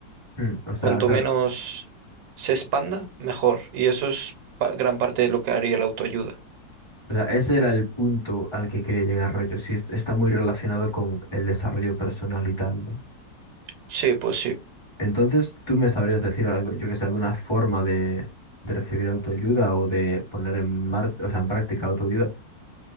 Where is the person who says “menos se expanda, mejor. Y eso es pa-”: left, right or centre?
Right